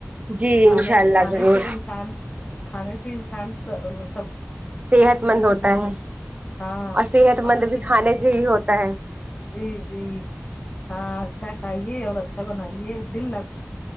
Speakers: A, on the right; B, on the left.
A: جی
B: کھانے
A: انشاء اللہ
B: کھانے
A: ضرور
B: سے انسان کھانے سے انسان سب
A: صحت مند
B: کے
A: ہوتا
B: دلوں
A: ہے
B: میں ہاں
A: اور صحت مند
B: سب
A: بھی
B: کے
A: کھانے سے ہی ہوتا ہے
B: جی جی ہاں اچھا کھائیے اور اچھا بنائیے دل لگ